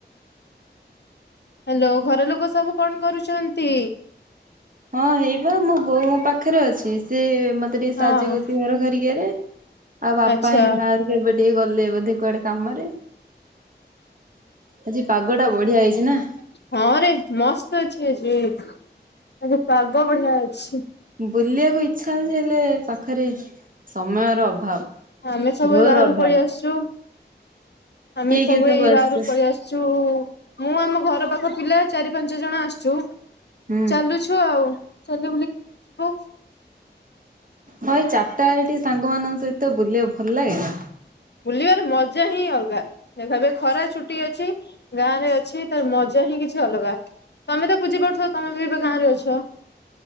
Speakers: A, on the left; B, on the right.
A: ହାଲୋ, ଘର ଲୋକ ସବୁ କଣ କରୁଛନ୍ତି?
B: ହଁ ହେଇପା ମୋ ବୋଉ ମୋ ପାଖରେ ଅଛି। ସେ ମତେ ମତେ ଟିକେ
A: ହଁ
B: ସାହାଯ୍ୟ କରୁଛି ଘର ଖରିକିଆରେ, ଆଉ ବାପା
A: ଆଚ୍ଛା
B: ହେଇ ବାହାରୁ କୁ ଏବେ ଟିକେ ଗଲେ ବୋଧେ କୁଆଡେ କାମରେ। ଆଜି ପାଗଟା ବଢିଆ ହେଇଛି ନା?
A: ହଁ ରେ ମସ୍ତ ଅଛି ଆଜି। ଆଜି ପାଗ ବଢ଼ିଆ ଅଛି।
B: ବୁଲିଆକୁ ଇଚ୍ଛା ହଉଛି ହେଲେ, ପାଖରେ ସମୟର ଅଭାବ।
A: ଆମେ ସବୁ
B: ଘୋର
A: ଏହି ବାହାରକୁ
B: ଅଭାବ
A: ପଳେଇ ଆସିଛୁ। ଆମେ
B: କିଏ
A: ସବୁ
B: କିଏ
A: ଏଇ
B: ଆସିଛ?
A: ବାହାରୁ ପଳେଇ ଆସୁ ଛୁ, ମୁଁ ଆମ ଘର ପାଖ ପିଲା ଚାରି ପାଞ୍ଚ ଜଣ ଆସିଛୁ।
B: ହୁଁ
A: ଚାଲୁଛୁ ଆଉ। ଚାଲି ବୁଲି। <unintelligible>
B: ହଁ ଏଇ ଚାରିଟା ବେଳେ ଟିକେ ସାଙ୍ଗମାନଙ୍କ ସହିତ ବୁଲିବାକୁ ଭଲ ଲାଗେନା?
A: ବୁଲିବାର ମଜା ହିଁ ଅଲଗା। ଦେଖ ଏବେ ଖରା ଛୁଟି ଅଛି ଗାଁ ରେ ଅଛି ତାର ମଜା ହିଁ କିଛି ଅଲଗା। ତମେ ତ ବୁଝି ପାରୁଥିବ ତମେ ବି ଏବେ ଗାଁ ରେ ଅଛ।